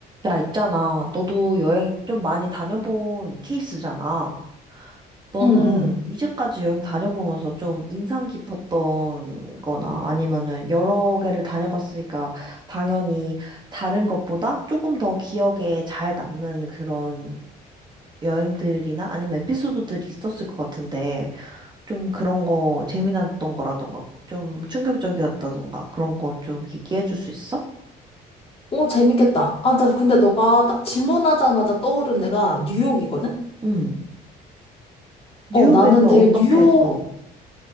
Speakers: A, on the right; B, on the left.
A: 야, 있잖아. 너도 여행 좀 많이 다녀본 케이스잖아. 너는
B: 응, 응.
A: 이제까지 여행 다녀보면서 좀 인상 깊었던 거나 아니면은 여러 개를 다녀봤으니까 당연히 다른 것보다 조금 더 기억에 잘 남는 그런 여행들이나 아니면 에피소드들이 있었을 것 같은데 좀 그런 거 재미났던 거라던가 좀 충격적이었다던가 그런 거 좀 얘기해 줄 수 있어?
B: 오, 재밌겠다. 아, 나 근데 너가 딱 질문하자마자 떠오른 데가 뉴욕이거든?
A: 응. 뉴욕에서
B: 어, 나는 되게
A: 어떻게,
B: 뉴욕,
A: 어.